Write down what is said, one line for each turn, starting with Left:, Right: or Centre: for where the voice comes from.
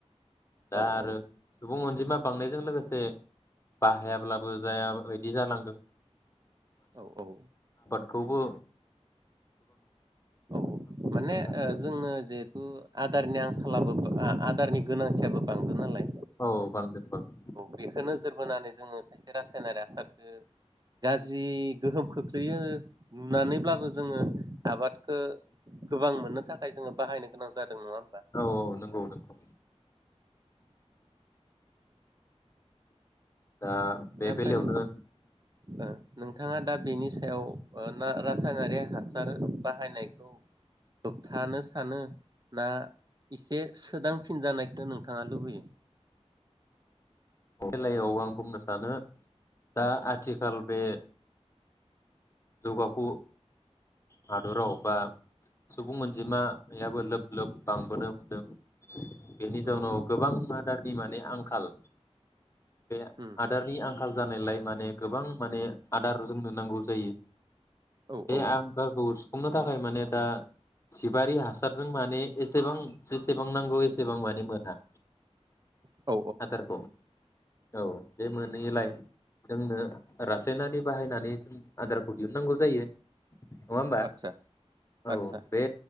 Left: दा
Right: औ
Left: आरो
Right: औ
Left: सुबुं अनजिमा बांनायजों लोगोसे बाहायाब्लाबो जाया बायदि जालांदों
Right: औ औ
Left: गबो
Right: औ माने
Left: थाखाय
Right: जोंनो जिहेथु आदारनि आं खालाबोबा आ आदारनि गोनांथियाबो बांदों नालाय
Left: औ बांदों बांदों
Right: बेखो नोजोर बोनानै जोङो खायसे रासायनारि हासार खो गाज्रि गोहोम खोख्लैयो नुनानैब्लाबो जोङो आबादखो गोबां मोननो थाखाय जोङो बाहायनो गोनां जादों नङा होमबा
Left: औ औ नंगौ नंगौ दा बे
Right: दा ओमफ्राय
Left: बेलायावनो
Right: ओ नोंथाङा दा बेनि सायाव ना रासायनारि हासार बाहायनायखौ होबथानो सानो ना एसे सोदांफिनजानायखौ नोंथाङा लुबैयो
Left: खेलायाव आं बुंनो सानो दा आथिखाल बे जौगाफु हादराव बा सुबुं अनजिमायाबो लोब लोब बांबोनो हमदों बेनि जाउनाव
Right: औ
Left: गोबां आदार दैमानि आंखाल बे
Right: उम
Left: आदारनि आंखाल जानायलाय माने गोबां माने आदार जोंनो नांगौ जायो
Right: औ
Left: बे
Right: औ
Left: आंखालखौ सु हमनो थाखाय माने दा जिबारि हासारजों माने एसेबां जेसेबां नांगौ एसेबां माने मोना।
Right: औ
Left: आदारखौ औ बे मोनैलाय जोंनो। रासायनारि बाहायनानै जों आदार दिहुननांगौ जायो। नङा होनबा
Right: आदसा
Left: औ
Right: आदसा
Left: बे।